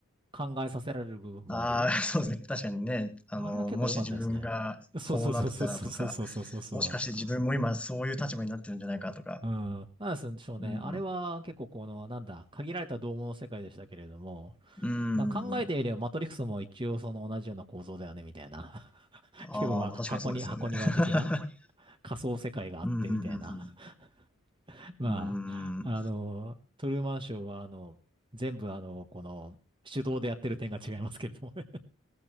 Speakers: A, on the right; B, in the centre.
A: う、考えさせられる部分もあり、
B: ああ、<laughs> そうですね。確かにね、あの、
A: あれは結構良かったですね。
B: もし自分がこうなってたらとか、
A: そうそうそうそうそうそうそうそうそう。
B: もしかして自分も今そういう立場になってるんじゃないかとか。
A: うん。なんでしょうね。
B: うん。
A: あれは結構この、なんだ、限られた同物の世界でしたけれども、
B: うん。
A: な考えてみれば、マトリックスも一応その同じような構造だよね、みたいな。<laughs>
B: ああ、
A: 要は、
B: まあ確かにそうですよね。
A: 箱に、箱庭的な
B: <laughs>
A: 仮想世界があって、
B: うん、うん、
A: みたいな。
B: うん、
A: <laughs> まあ、
B: うん。
A: あの、
B: うん、
A: トゥルーマンショーは、あの、全部、あの、この、手動でやってる点が違いますけれどもね。